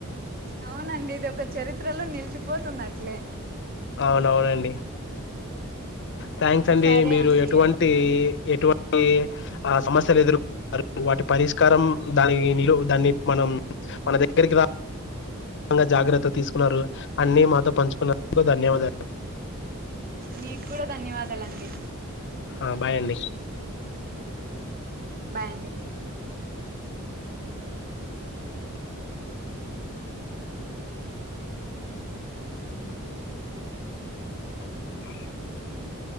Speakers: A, on the right; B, on the left.
A: అవునండి ఇది ఒక చరిత్రలో నిలిచిపోతున్న ట్లే
B: అవునవునండి థ్యాంక్స్ అండి
A: సరే
B: మీరు
A: అండి
B: ఎటువంటి
A: అయితే
B: ఎటువ టి సమస్యలు ఎదుర్కొన్నారు వాటి పరిష్కారం దాని నిలు దాన్ని మనం మన దగ్గరికి రా గా జాగ్రత్తలు తీసుకున్నారు అన్ని మాతో పంచుకున్నందుకు ధన్యవాదాలు
A: మీక్కుడా ధన్యవాదాలండి
B: ఆ! బాయ్ అండి.
A: బాయ్ అండి
B: అ